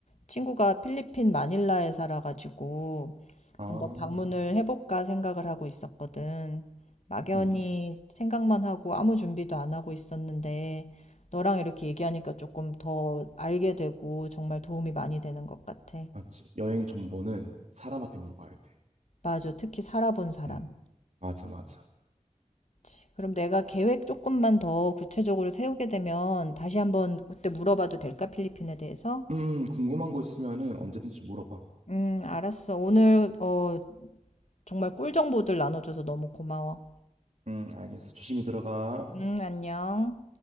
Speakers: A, on the left; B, on the right.
A: 친구가 필리핀 마닐라에 살아 가지고
B: 아,
A: 한번 방문을 해볼까 생각을 하고 있었거든. 막연히
B: 음,
A: 생각만 하고 아무 준비도 안 하고 있었는데, 너랑 이렇게 얘기하니까 조금 더 알게 되고 정말 도움이 많이 되는 것 같아.
B: 맞지. 여행 정보는 사람한테 물어봐야 돼.
A: 맞아. 특히 살아본 사람.
B: 음, 맞아, 맞아.
A: 그치. 그럼 내가 계획 조금만 더 구체적으로 세우게 되면 다시 한번 그때 물어봐도 될까? 필리핀에 대해서?
B: 음, 궁금한 거 있으면은 언제든지 물어봐.
A: 음, 알았어. 오늘 어, 정말 꿀 정보들 나눠줘서 너무 고마워.
B: 음, 알겠어. 조심히 들어가.
A: 음, 안녕.